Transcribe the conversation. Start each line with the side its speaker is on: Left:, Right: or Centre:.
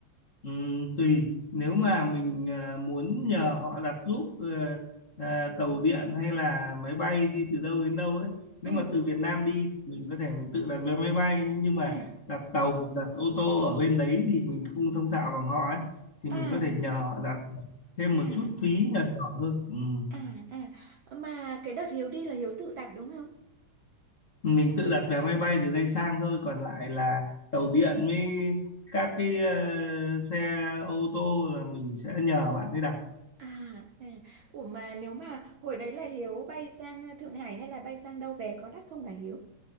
Left: Ừm, tùy nếu mà mình à, muốn nhờ họ đặt giúp ờ, à, tàu điện hay là máy bay đi từ đâu đến đâu ấy nếu
Right: Ừ,
Left: mà từ Việt Nam đi mình có thể mình tự đặt vé máy bay nhưng mà
Right: à,
Left: đặt tàu đặt ô tô ở bên đấy thì mình không thông thạo bằng họ ấy thì
Right: à,
Left: mình có thể nhờ họ đặt thêm
Right: à,
Left: một chút phí nhỏ nhỏ thôi Ừm,
Right: à, à. Mà cái đợt Hiếu đi là Hiếu tự đặt đúng không?
Left: mình tự đặt vé máy bay từ đây sang thôi còn lại là tàu điện với các cái ờ, xe ô tô là mình sẽ nhờ bạn ấy đặt
Right: À, à, ủa mà nếu mà hồi đấy là Hiếu bay sang ờ, Thượng Hải hay là bay sang đâu về có đắt không hả Hiếu?